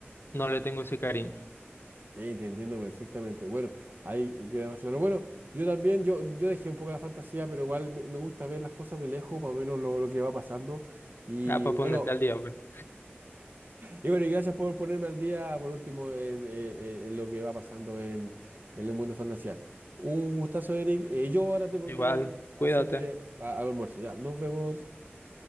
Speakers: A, on the left; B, on the right.
A: no le tengo ese cariño.
B: eh, te entiendo perfectamente. Bueno, ahí queda más claro. Bueno, yo también, yo, yo dejé un poco la fantasía, pero igual me, me gusta ver las cosas de lejos, más o menos lo, lo que va pasando. Y
A: Ah, para ponerte
B: bueno,
A: al día, bueno.
B: Y bueno, y gracias por ponerme al día, por último, en, eh, eh, en lo que va pasando en, en el mundo fantasía. Un gustazo, Eric. Eh, yo ahora tengo
A: Igual,
B: que hacerme
A: cuídate.
B: a- al almuerzo. Ya, nos vemos.